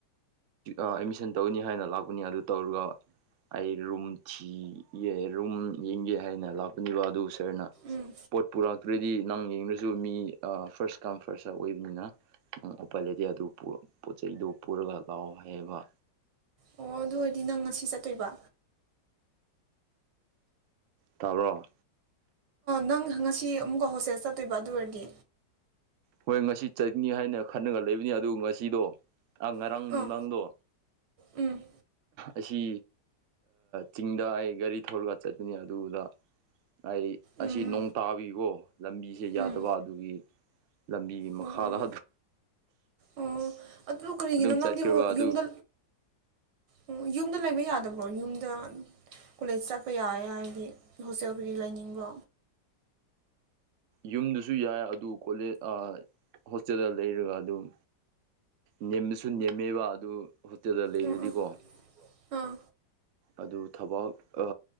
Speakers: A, on the right; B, on the right.
A: ꯑꯦꯠꯃꯤꯁꯟ ꯇꯧꯅꯤ ꯍꯥꯏꯅ ꯂꯥꯛꯄꯅꯤ ꯑꯗꯨ ꯇꯧꯔꯒ ꯑꯩ ꯔꯨꯝ ꯊꯤꯒꯦ ꯔꯨꯝ ꯌꯦꯡꯒꯦ ꯍꯥꯏꯅ ꯂꯥꯛꯄꯅꯦꯕ ꯑꯗꯨ ꯁꯔꯅ
B: ꯎꯝ
A: ꯄꯣꯠ ꯄꯨꯔꯛꯇ꯭ꯔꯗꯤ ꯅꯪ ꯌꯦꯡꯗꯁꯨ ꯃꯤ ꯐꯥꯔꯁ ꯀꯝ ꯐꯥꯔꯁꯇ ꯑꯣꯏꯕꯅꯤꯅ ꯑꯣꯄꯜ ꯂꯩꯇꯦ ꯑꯗꯨ ꯄꯣꯠ ꯆꯩꯗꯨ ꯄꯨꯔꯒ ꯂꯥꯎ ꯍꯥꯏꯌꯦꯕ
B: ꯑꯣ ꯑꯗꯨ ꯑꯣꯏꯔꯗꯤ ꯅꯪ ꯉꯁꯤ ꯆꯠꯇꯣꯏꯕ
A: ꯇꯥꯕ꯭ꯔꯣ
B: ꯅꯪ ꯉꯁꯤ ꯑꯃꯨꯛꯀ ꯍꯣꯁꯇꯦꯜ ꯆꯠꯇꯣꯏꯕ ꯑꯗꯨ ꯑꯣꯏꯔꯗꯤ
A: ꯍꯣꯏ ꯉꯁꯤ ꯆꯠꯅꯤ ꯍꯥꯏꯅ ꯈꯟꯅꯒ ꯂꯩꯕꯅꯤ ꯑꯗꯨ ꯉꯁꯤꯗꯣ ꯑ ꯉꯔꯥꯡ
B: ꯑꯥ
A: ꯅꯨꯡꯗꯥꯡꯗꯣ
B: ꯎꯝ
A: ꯑꯁꯤ ꯆꯤꯡꯗ ꯑꯩ ꯒꯥꯔꯤ ꯊꯧꯔꯒ ꯆꯠꯄꯅꯤ ꯑꯗꯨꯗ ꯑꯩ ꯑꯁꯤ
B: ꯎꯝ
A: ꯅꯣꯡ ꯇꯥꯕꯤꯀꯣ ꯂꯝꯕꯤꯁꯦ
B: ꯎꯝ
A: ꯌꯥꯗꯕ ꯑꯗꯨꯒꯤ ꯂꯝꯕꯤꯒꯤ ꯃꯈꯥꯗ
B: ꯎꯝ ꯎꯝ ꯑꯣ ꯑꯗꯨ ꯀꯔꯤꯒꯤꯅꯣ
A: ꯑꯗꯨꯝ ꯆꯠꯈꯤꯕ
B: ꯅꯪꯗꯤ ꯍ
A: ꯑꯗꯨ
B: ꯌꯨꯝꯗ ꯑꯣ ꯌꯨꯝꯗ ꯂꯩꯕ ꯌꯥꯗꯕ꯭ꯔꯣ ꯌꯨꯝꯗ ꯀꯣꯂꯦꯖ ꯆꯠꯄ ꯌꯥꯋꯦ ꯍꯥꯏꯗꯤ ꯍꯣꯁꯇꯦꯜ ꯀꯔꯤ ꯂꯥꯏꯅꯤꯡꯕꯣ
A: ꯌꯨꯝꯗꯨꯁꯨ ꯌꯥꯏ ꯑꯗꯨ ꯀꯣꯂ‌ꯦꯁ ꯑ ꯍꯣꯁꯇꯦꯜꯗ ꯂꯩꯔꯒ ꯑꯗꯨꯝ ꯅꯦꯝꯕꯁꯨ ꯅꯦꯝꯃꯦꯕ ꯑꯗꯨ ꯍꯣꯇꯦꯜꯗ ꯂꯩꯔꯗꯤꯀꯣ
B: ꯎꯝ ꯎꯝ ꯑꯥ
A: ꯑꯗꯨ ꯊꯕꯥꯛ ꯑ